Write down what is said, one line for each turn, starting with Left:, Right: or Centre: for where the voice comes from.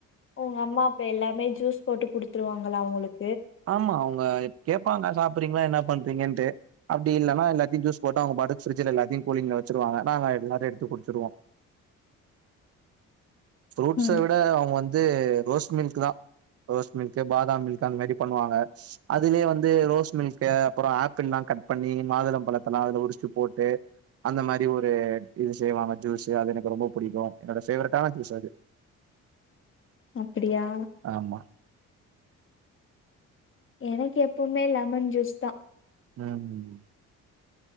Left: உங்க அம்மா அப்ப எல்லாமே ஜூஸ் போட்டு குடுத்துருவாங்களா உங்களுக்
Right: ஆமா அவங்க கேப்பாங்க சாப்பட்றீங்களா என்னா பண்றீங்கன்ட்டு. அப்டி இல்லைன்னா எல்லாத்தையு ஜூஸ் போட்டு அவங்க பாட்டுக்கு ப்ரிட்ஜுல எல்லாத்தையு கூலிங்ல வச்சிருவாங்க. நாங்க எல்லாரு எடுத்து குடுச்சிருவோ. ஃப்ரூட்ஸ
Left: ம்
Right: விட அவங்க வந்து ரோஸ் மில்க் குதா ரோஸ் மில்க்கு பாதாம் மில்க்கு அந்த மாரி பண்ணுவாங்க. அதுலயே வந்து ரோஸ் மில்க்கு அப்பறோ ஆப்பிள்லா கட் பண்ணி மாதுளம் பழத்தல்லா அதுல உரிச்சு போட்டு அந்த மாரி ஒரு இது செய்வாங்க ஜூஸு அது எனக்கு ரொம்ப புடிக்கு என்னோட ஃபேவரட்டான ஜூஸ் அது
Left: அப்பிடியா
Right: ஆமா
Left: எனக்கு எப்பவுமே லெமன் ஜூஸ்தா.
Right: ம் ம்